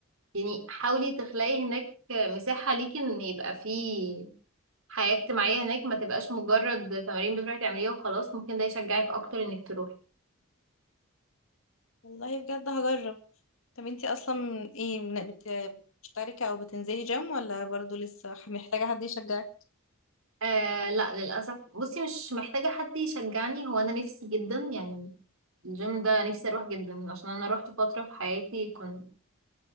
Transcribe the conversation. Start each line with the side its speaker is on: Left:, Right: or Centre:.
Right: يعني حاولي تخلقي هناك مساحه ليكي ان يبقى فيه حياة اجتماعية هناك ما تبقاش مجرد تمارين بتروحي تعمليها وخلاص ممكن ده يشجعك اكتر انك تروحي
Left: والله بجد هجرب طب انتي اصلا ايه من- بت- بتشتركي او بتنزلي جيم ولا برضو لسه محتاجة حد يشجعك
Right: آه لا للأسف بصي مش محتاجة حد يشجعني هو انا نفسي جدا يعني الجيم ده نفسي اروح جدا عشان انا روحت فترة في حياتي كنت